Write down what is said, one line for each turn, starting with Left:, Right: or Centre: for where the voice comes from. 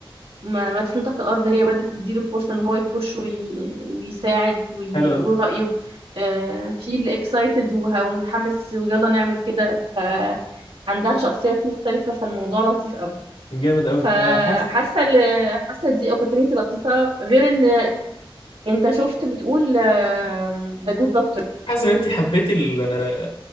Right: م- مدفون تحت الأرض هي بدأت تديله فرصة إن هو يخش وي... ويساعد وي...
Left: حلو
Right: ويقول
Left: قوي
Right: رأيه آه، في اللي اكسايتد ومتحمس ويلا نعمل كده فعندها شخصيات مختلفة فالموضوع لطيف قوي
Left: جامد قوي
Right: فحاسة
Left: انا حاسس
Right: ال- حاسة دي opportunity لطيفة غير إن أنت شفت بتقول آم، ده good doctor
Left: حاسس ان انت حبيتي ال-